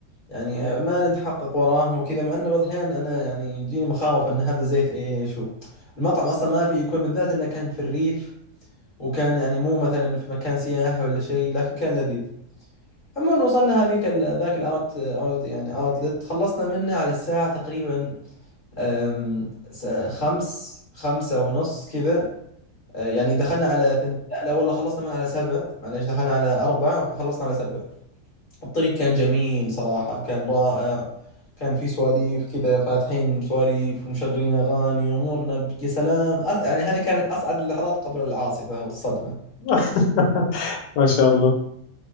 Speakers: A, on the left (about 35°); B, on the left (about 85°).
A: يعني آه، ما نتحقق وراهم وكذا مع إنه بعض الأحيان أنا يعني يجيني مخاوف إن هذا زيت إيش و- المطعم أصلا ما في يكون بالذات إنه كان في الريف وكان يعني مو مثلا في مكان سياحي ولا شيء لكن كان لذيذ عموما وصلنا هذيك ال... ذاك الاوت اوت يعني اوتلت خلصنا منه على الساعة تقريبا أم... س... خمس خمسة ونص كذا أه، يعني دخلنا على ثنت... لا والله خلصنا من على سبع معليش دخلنا على أربع وخلصنا على سبع الطريق كان جميل صراحة كان رائع كان في سواليف كذا فاتحين سواليف ومشغلين أغاني وأمورنا ب- يا سلام أس... يعني هذه كانت أسعد اللحظات قبل العاصفة والصدمة
B: <laughs> ما شاء الله